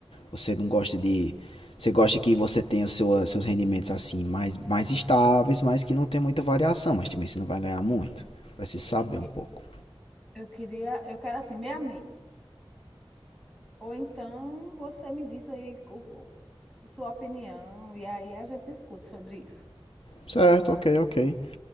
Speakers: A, on the left; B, in the centre.
A: Você não gosta de, você gosta que você tenha sua, seus rendimentos assim mais mais estáveis, mas que não tem muita variação, mas também você não vai ganhar muito. Preciso saber
B: Porque
A: um pouco.
B: Eu queria, eu quero assim, meia meia. Ou então você me diz aí o- o- sua opinião e aí a gente discute sobre isso.
A: Certo, ok, ok.